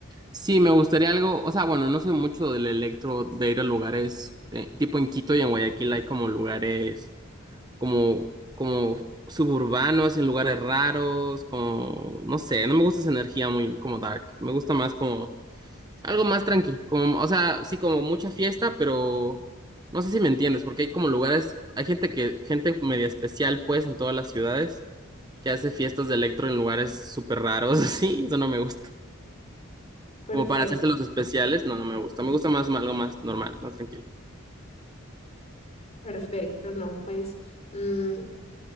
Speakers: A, on the right; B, on the left.
A: Sí, me gustaría algo, o sea, bueno, no sé mucho del electro de ir a lugares, eh, tipo en Quito y en Guayaquil hay como lugares como, como suburbanos, en lugares raros, como, no sé, no me gusta esa energía muy como dark, me gusta más como algo más tranqui, como, o sea, sí, como mucha fiesta, pero no sé si me entiendes, porque hay como lugares, hay gente que, gente media especial pues en todas las ciudades que hace fiestas de electro en lugares súper raros, <laughs> así, eso no me gusta.
B: Perfecto,
A: Como para hacerse los especiales, no, no me gusta. Me gusta más algo más normal, más tranquilo.
B: perfecto, no, pues mm,